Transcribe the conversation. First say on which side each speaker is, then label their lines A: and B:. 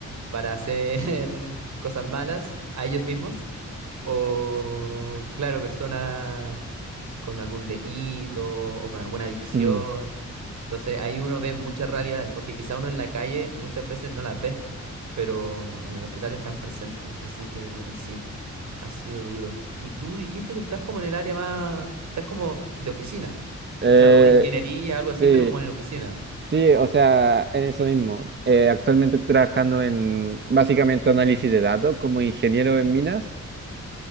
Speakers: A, on the right; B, on the right.
A: para hacer <laughs> cosas malas a ellos mismos o claro, personas con algún delito o con alguna adicción.
B: mm.
A: Entonces ahí uno ve muchas realidades, porque quizá uno en la calle muchas veces no las ve, pero en el hospital están presentes. Así que sí, ha sido duro. Y tú dijiste que estás como en el área más, estás como de oficina,
B: Eh,
A: quizá una ingeniería, algo así,
B: sí,
A: pero como en la oficina.
B: sí, o sea, en eso mismo. Eh, actualmente estoy trabajando en básicamente análisis de datos como ingeniero en minas,